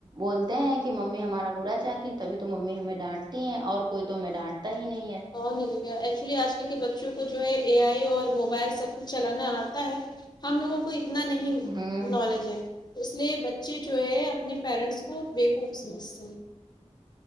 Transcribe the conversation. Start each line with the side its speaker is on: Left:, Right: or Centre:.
Right: بولتے ہیں کہ ممی ہمارا برا چاہتی تبھی تو ممی ہمیں ڈانٹتی ہیں اور کوئی تو ہمیں ڈانٹتا ہی نہیں ہے
Left: اور نہیں تو کیا ایکچولی آج کل کے بچوں کو جو ہے اے آئی اور موبائل سب کچھ چلانا آتا ہے ہم لوگوں کو اتنا نہیں
Right: ہوں
Left: نالج ہے اس لیے بچے جو ہے اپنے پیرنٹس کو بےقوف سمجھتے ہیں